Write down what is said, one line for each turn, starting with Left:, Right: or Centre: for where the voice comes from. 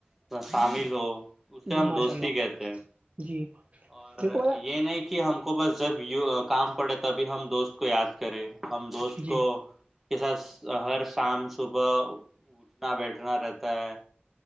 Centre: شامل ہو اسے
Right: جی
Centre: ہم
Right: ماشاء
Centre: دوستی
Right: اللہ
Centre: کہتے ہیں
Right: جی
Centre: اور
Right: دیکھو
Centre: اور
Right: بھائی جان
Centre: یہ نہیں کہ ہم کو بس جب ی کام پڑے تبھی ہم دوست کو یاد کرے ہم دوست
Right: جی
Centre: کساس ہر شام صبح اٹھنا بیٹھنا رہتا ہے